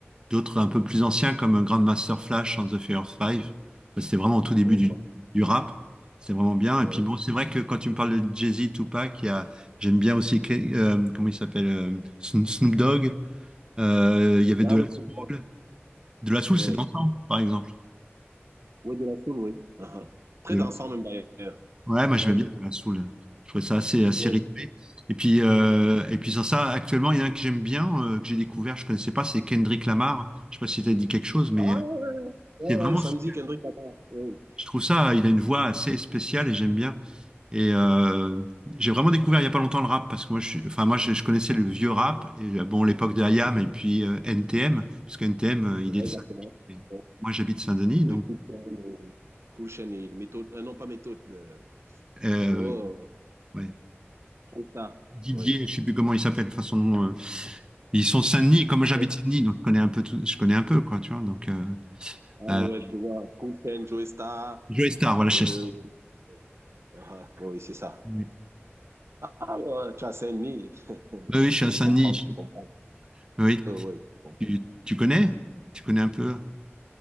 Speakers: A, on the right; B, on the right.
A: d'autres un peu plus anciens comme Grandmaster Flash and the Furious Five. Ça, C'était vraiment au tout début
B: oui.
A: du, du rap. C'est vraiment bien. Et
B: oui.
A: puis bon, c'est vrai que quand tu me parles de Jay-Z, Tupac, il y a, j'aime bien aussi, euh, comment il s'appelle, euh, Sno- Snoop Dogg. Euh, il y avait
B: Ah
A: De La
B: oui,
A: Soul.
B: c'est ça.
A: De La Soul,
B: oui.
A: c'est dansant, par exemple.
B: Oui, de la soul, oui. Uh-huh. Très
A: De
B: dansant même d'ailleurs.
A: Ouais, moi
B: Oui,
A: j'aimais bien de la soul. Je trouvais ça assez, assez
B: oui.
A: rythmé. Et puis, euh, et puis sans ça, actuellement, il y en a un que j'aime bien, euh, que j'ai découvert, je connaissais pas, c'est Kendrick Lamar. Je sais pas si t'as dit quelque chose, mais
B: Ah,
A: euh,
B: ouais, ouais, ouais,
A: c'est vraiment
B: ouais, samedi,
A: super.
B: Kendrick Lamar. Oui,
A: Je trouve ça, il a une voix assez spéciale et j'aime bien. Et euh, j'ai vraiment découvert il y a pas longtemps le rap parce que moi, je suis, enfin moi, je, je connaissais le vieux rap et euh, bon l'époque de IAM et puis euh, NTM parce que NTM, euh, il
B: Ouais,
A: est de
B: exactement.
A: Saint-Denis. Et
B: Oui,
A: Moi, j'habite Saint-Denis,
B: oui,
A: donc
B: Cool Chain et, Cool Chain et méthode, euh, non pas méthode. euh,
A: euh,
B: oh,
A: ouais.
B: Joey Star.
A: Didier,
B: Oui.
A: je ne sais plus comment il s'appelle, enfin son nom. euh, ils sont de Saint-Denis, comme j'habite
B: Oui.
A: Saint-Denis, donc je connais un peu tout, je connais un peu, quoi, tu vois. Donc, euh,
B: Ah ouais,
A: euh,
B: je vois. Cool Chain, Joey Star.
A: Joey Star, voilà,
B: Euh,
A: je sais-
B: oui. Ah, oui, c'est ça.
A: Oui,
B: Ah, ouais, tu as Saint-Denis. <laughs>
A: oui, je suis à
B: Je
A: Saint-Denis.
B: comprends, je comprends.
A: je- Oui.
B: Euh, ouais, je comprends.
A: Tu, tu connais? Tu connais un peu?